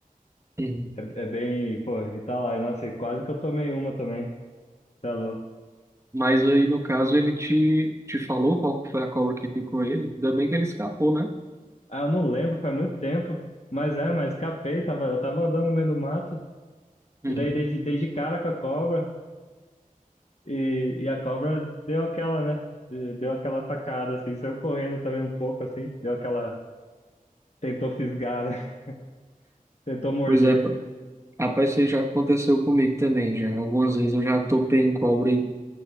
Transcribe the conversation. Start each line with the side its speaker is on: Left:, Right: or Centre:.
Right: Uhum.
Left: é, é bem. Pô, e tá lá, e, nossa, e quase que eu tomei uma também, tá louco.
Right: Mas aí, no caso, ele te, te falou qual foi a cobra que picou ele. Ainda bem que ele escapou, né?
Left: Ah, eu não lembro, faz muito tempo, mas é, mas escapei, tava, eu tava andando no meio do mato,
Right: Uhum.
Left: e daí dei de dei de cara com a cobra. E, e a cobra deu aquela, né? eh, Deu aquela atacada, assim, saiu correndo também um pouco, assim, deu aquela. Tentou fisgar, né? <laughs> Tentou morder.
Right: Pois é, pa- rapaz, isso aí já aconteceu comigo também, já. Algumas vezes eu já topei em cobra e